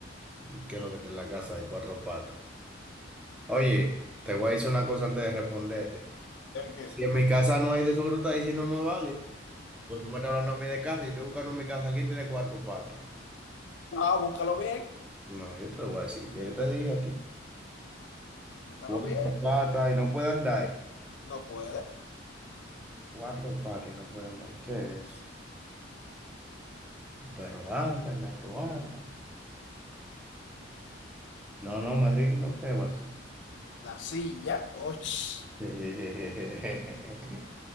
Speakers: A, in the centre; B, on the left (about 65°).
A: Y que lo que está en la casa de cuatro patas. Oye, te voy a decir una cosa antes de responderte.
B: ¿El qué?
A: Si en mi casa no hay de eso que tú estás diciendo, no es válido. Pues tú me estás hablando a mí de casa y yo estoy buscando en mi casa quién tiene cuatro patas.
B: Ah, búscalo bien,
A: No, yo te lo voy a decir, ya yo te dije a ti.
B: búscalo
A: Cuatro
B: bien.
A: patas y no puede andar.
B: No puede.
A: Cuatro patas y no puede andar. ¿Qué es? Pero anda, gato anda. No, no me rindo, ¿qué va a ser?
B: La silla. Oh, sh-
A: <laughs>